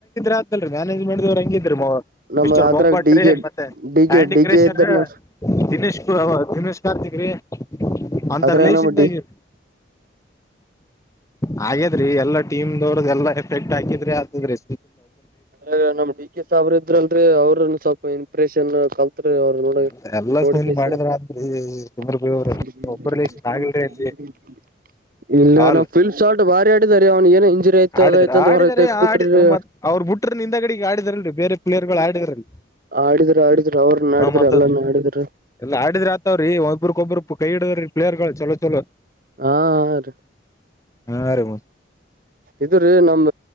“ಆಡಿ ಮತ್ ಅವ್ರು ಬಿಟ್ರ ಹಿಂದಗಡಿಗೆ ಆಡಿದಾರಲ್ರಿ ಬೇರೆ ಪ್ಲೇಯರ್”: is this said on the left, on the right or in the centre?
Left